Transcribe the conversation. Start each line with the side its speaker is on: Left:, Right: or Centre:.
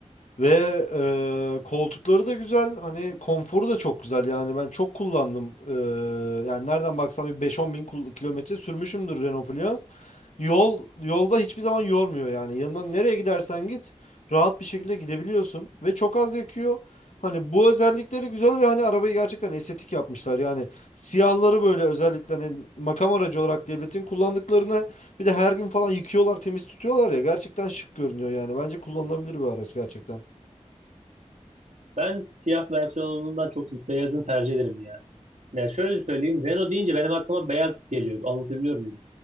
Left: Ve e, koltukları da güzel. Hani konforu da çok güzel. Yani ben çok kullandım. E, yani nereden baksam bir beş on bin kul- kilometre sürmüşümdür Renault Fluence. Yol, yolda hiçbir zaman yormuyor yani. Yanından nereye gidersen git rahat bir şekilde gidebiliyorsun. Ve çok az yakıyor. Hani bu özellikleri güzel ve hani arabayı gerçekten estetik yapmışlar. Yani siyahları böyle özellikle hani makam aracı olarak devletin kullandıklarını bir de her gün falan yıkıyorlar, temiz tutuyorlar ya. Gerçekten şık görünüyor yani. Bence kullanılabilir bir araç gerçekten.
Right: Ben siyah versiyonundan çok beyazını tercih ederim yani. Yani şöyle söyleyeyim Renault deyince benim aklıma beyaz geliyor. Anlatabiliyor muyum?